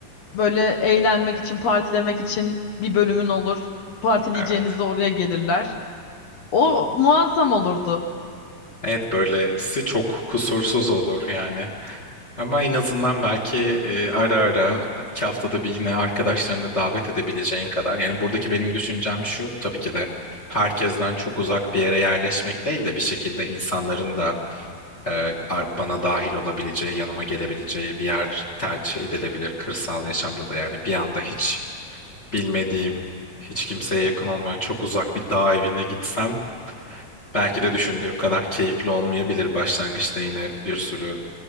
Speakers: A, on the left; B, on the left.
A: böyle eğlenmek için partilemek için bir bölümün olur. Partileyeceğinizde
B: evet.
A: oraya gelirler. O muazzam olurdu.
B: Evet böylesi çok kusursuz olur yani. Ama en azından belki e, ara ara iki haftada bir yine arkadaşlarını davet edebileceğin kadar. Yani buradaki benim düşüncem şu. Tabii ki de herkesten çok uzak bir yere yerleşmek değil de bir şekilde insanların da e, ar- bana dahil olabileceği, yanıma gelebileceği bir yer tercih edilebilir kırsal yaşamda da. Yani bir anda hiç bilmediğim, hiç kimseye yakın olmayan çok uzak bir dağ evine gitsem Belki de düşündüğüm kadar keyifli olmayabilir başlangıçta yine bir sürü